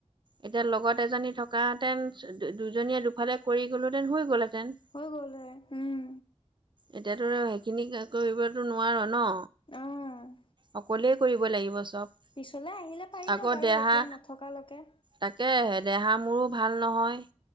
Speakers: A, on the right; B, on the left.
A: এতিয়া লগত এজনী থকাহেঁতেন চ দ দুজনীয়ে দুফালে কৰি গ'লোহেঁতেন হৈ গলহেতেন।
B: হৈ গ'লে উম।
A: এতিয়াতো সেইখিনি কা কৰিবতো নোৱাৰ ন?
B: অ'।
A: সকলোৱে কৰিব লাগিব চব।
B: পিছলৈ আহিলে পাৰিব
A: আকৌ
B: বাৰু
A: দেহা
B: এতিয়া নথকালৈকে।
A: তাকে হে দেহা মোৰো ভাল নহয়।